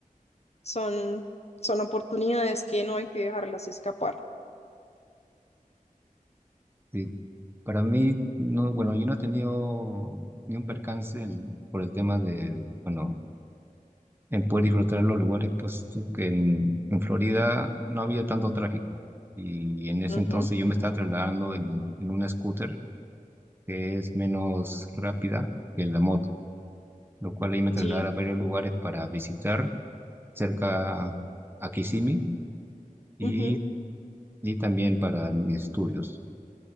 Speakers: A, on the left; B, on the right.
A: son, son oportunidades que no hay que dejarlas escapar.
B: Sí. Para mí, no, bueno, yo no he tenido ni un percance el- por el tema de, bueno, en poder disfrutar los lugares, pues que en, en Florida no había tanto tráfico. Y en ese
A: Ujú,
B: entonces yo me estaba trasladando en, en una scooter que es menos rápida que la moto, lo cual ahí me trasladaba
A: Sí,
B: a varios lugares para visitar cerca a Kissimmee y,
A: ujú,
B: y también para mis estudios.